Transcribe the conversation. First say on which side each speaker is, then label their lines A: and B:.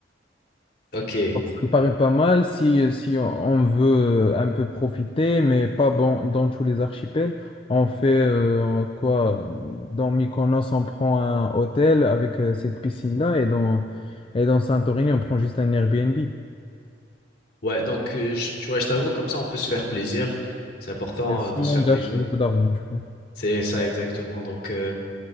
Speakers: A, on the left; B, on the left.
A: ok.
B: Ça me paraît pas mal si, si on veut euh, un peu profiter, mais pas bon, dans tous les archipels. On fait euh, quoi? Dans Mykonos, on prend un hôtel avec euh, cette piscine-là et dans, et dans Santorini, on prend juste un Airbnb. Et
A: Ouais, donc euh, je, je- ouais, je t'avoue, comme ça on peut se faire plaisir. C'est important
B: si
A: euh, de se
B: on
A: faire
B: gâche
A: plaisir.
B: beaucoup d'argent, je crois.
A: C'est ça exactement. Donc euh,